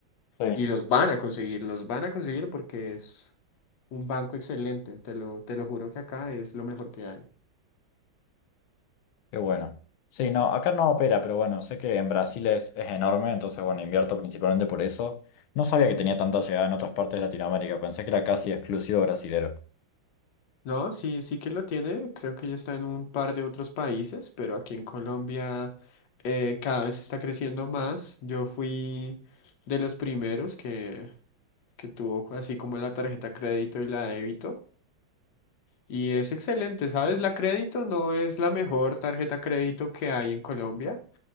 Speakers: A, on the left (about 80°); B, on the left (about 60°).
A: Sí.
B: y los van a conseguir, los van a conseguir porque es un banco excelente, te lo, te lo juro que acá es lo mejor que hay.
A: Qué bueno. Sí, no, acá no opera, pero bueno, sé que en Brasil es, es enorme, entonces bueno, invierto principalmente por eso. No sabía que tenía tanta llegada en otras partes de Latinoamérica, pensé que era casi exclusivo brasilero.
B: No, sí, sí que lo tiene. Creo que ya está en un par de otros países, pero aquí en Colombia eh, cada vez está creciendo más. Yo fui de los primeros que, que tuvo así como la tarjeta crédito y la débito. Y es excelente, ¿sabes? La crédito no es la mejor tarjeta crédito que hay en Colombia,